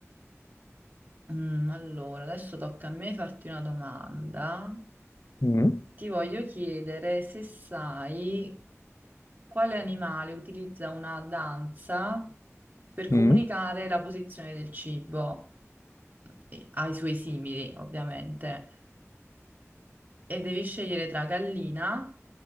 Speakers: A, on the right; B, on the left.
A: Mm, allora, adesso tocca a me farti una domanda.
B: Mm,
A: Ti voglio chiedere se sai quale animale utilizza una danza per comunicare
B: mm. <laughs>
A: la posizione del cibo e- ai suoi simili, ovviamente. E devi scegliere tra gallina,